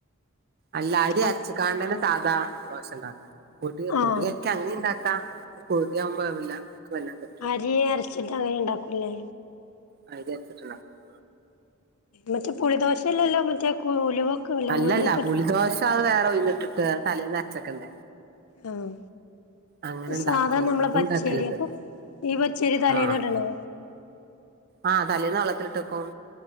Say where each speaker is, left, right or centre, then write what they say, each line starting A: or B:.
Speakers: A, on the right; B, on the left.
A: അല്ല അരിഅച്ച
B: അത്
A: കാണ്ടന്നെ സാധാ ദോശ ഉണ്ടാക്കുക പൊടി
B: ആഹ്
A: പൊടി കലക്കി അങ്ങനെ ഇണ്ടാക്കാം പട ആവുമ്പോഴില്ല എക്ക് വല്ലാ പറ്റൂ
B: ജിയെ അരച്ചിട്ട് അങ്ങനെ ഉണ്ടാക്കൂല്ലേ?
A: അരി അരച്ചിട്ട് ഉണ്ടാകും.
B: മറ്റേ പുളിദോശല്ലല്ലോ മറ്റേ <unintelligible>
A: അല്ല
B: ഉഴുന്നൊക്കെ
A: അല്ല
B: ഇട്ടിട്ട്
A: പുളിദോഷ അത് വേറെ ഒഴന്നി ഇട്ടിട്ട് തലേൽ അരച്ചൊക്കണ്ടേ?
B: ആഹ്
A: അങ്ങനെ ഉണ്ടാക്കും
B: സാധാരണ നമ്മള
A: അത്
B: പച്ചേരി
A: ഉണ്ടാക്കലുണ്ട്
B: അപ്പൊ ഈ പച്ചേരി തലേന്ന്
A: ആഹ്
B: ഇട്ടണോ?
A: ആഹ് തലേന്ന് വെള്ളത്തിലിട്ടക്കോ-